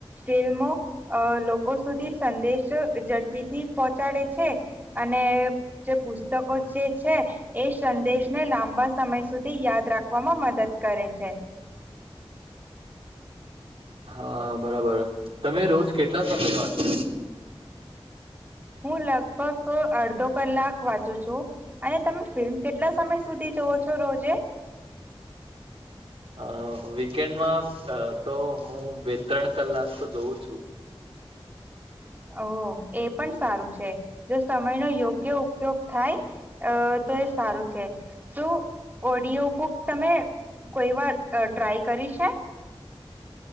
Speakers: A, on the right; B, on the right.
A: ફિલ્મો. અ લોકો સુધી સંદેશ ઝડપી થી પહોંચાડે છે અને જે પુસ્તકો જે છે એ સંદેશને લાંબા સમય સુધી યાદ રાખવામાં મદદ કરે છે. <inaudible>
B: હા બરાબર તમે રોજ કેટલા સમય વાચો?
A: હું લગભગ અડધો કલાક વાંચું છું અને તમે ફિલ્મ કેટલા સમય સુધી જવ છો રોજે? <inaudible>
B: અ વીકેન્ડમાં તો હું બે ત્રણ કલાક તો જોઉં છું.
A: ઓ એ પણ સારું છે જો સમયનો યોગ્ય ઉપયોગ થાય અ તો એ સારું છે. શું ઓડિયો બુક તમે કોઈ વાર ટ્રાય કરી છે?